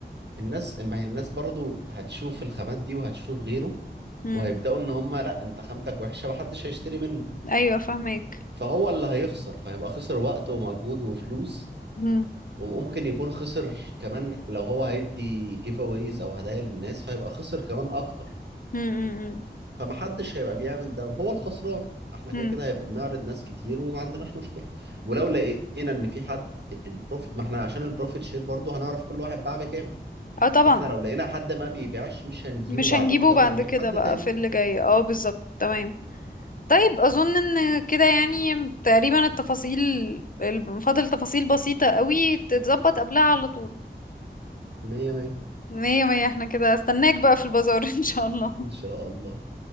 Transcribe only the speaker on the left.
امم
ايوه فاهمك
امم
امم
امم
اه طبعا
مش
هنجيبه
بعد
كده
بقى
في اللي جاي اه بالظبط تمام طيب اظن ان كده يعني تقريبا التفاصيل ال- فاضل تفاصيل بسيطة قوي تتظبط قبلها على طول
مية مية احنا كده استناك بقى في البازار <laughs> ان شاء الله